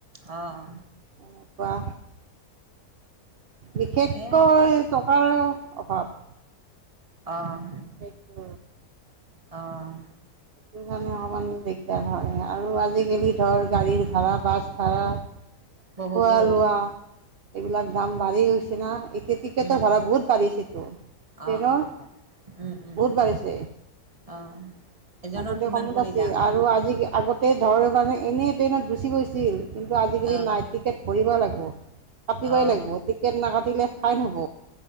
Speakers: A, on the right; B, on the right.
A: অ'।
B: এনেকুৱা, বিশেষকৈ
A: এ
B: টকাৰে অভাৱ।
A: অ'।
B: সেইটো
A: অ'।
B: সেই কাৰণে অকণমান দিগদাৰ হয়, আৰু আজিকালি ধৰ গাড়ীৰ ভা়ৰা বাছ ভা়ৰা
A: বহুতে
B: খোৱা
A: হৈছে
B: লোৱা, এইবিলাক দাম বাঢ়ি গৈছে না এতি টিকেটৰ
A: উম
B: ভাড়া
A: উম
B: বহুত
A: উম
B: বাঢ়িছেতো, ট্ৰেইনৰ,
A: অ অ অ উম উম
B: বহুত বাঢ়িছে।
A: অ'। এজনৰ
B: আগতে
A: কিমান
B: কমত
A: কৰি
B: আছে
A: দাম
B: আৰু আজি আগতে ধৰ মানে এনেই ট্ৰেইনত গুচি গৈছিল। কিন্তু আজিকালি
A: আহ
B: নাই টিকেট ভৰিবই লাগিব, কাটিবই
A: আহ
B: লাগিব টিকেট নাকাটিলে ফাইন হ'ব,